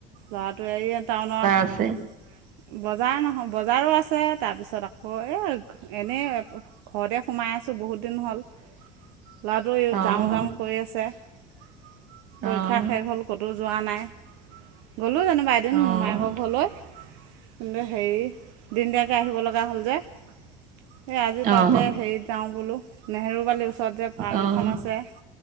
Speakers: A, on the right (about 75°); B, on the right (about 55°).
A: ল'ৰাটোৱে এয়া টাউনত
B: আছে?
A: বজাৰ নহয় বজাৰো আছে। তাৰপিছত আকৌ এই এনেই ঘৰতে সোমাই আছোঁ বহুত দিন হ'ল। ল'ৰাটোও
B: অ',
A: যাওঁ যাওঁ কৰি আছে। পৰীক্ষা
B: অ',
A: শেষ হ'ল ক'তো যোৱা নাই। গ'লো যেনিবা এদিন মোৰ
B: অ', অ',
A: মোমায়েকৰ ঘৰলৈ, কিন্তু হেৰি দিনদিয়াকৈ আহিব লগা যোৱা হ'ল যে আজি
B: অ',
A: তাতে হে ই যাওঁ বোলো নেহেৰুবালি ওচ ৰত যে পাৰ্ক
B: অ',
A: এখন আছে।